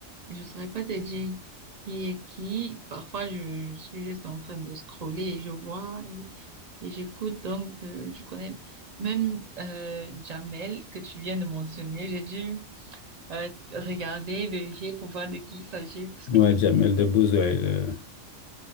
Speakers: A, on the right; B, on the left.
A: je saurais pas te dire qui est qui. Parfois, je, je suis juste en train de scroller et je vois et, et j'écoute. Donc, euh, je connais même euh, Jamel que tu viens de mentionner. J'ai dû euh, regarder, vérifier pour voir de qui il s'agit. Parce
B: ouais,
A: que...
B: Jamel Debbouze. ouais, il, est,